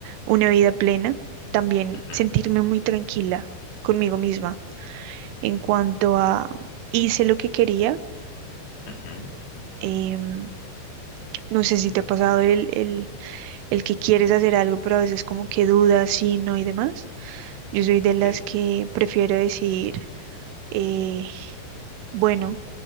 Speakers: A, on the right; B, on the left.
A: una vida plena. También
B: ujú,
A: sentirme muy tranquila conmigo misma en cuanto a hice lo que quería.
B: ujú,
A: em, no sé si te ha pasado el, el, el que quieres hacer algo, pero a veces como que dudas, sí, no y demás. Yo soy de las
B: sí.
A: que prefiero decir, eh, bueno,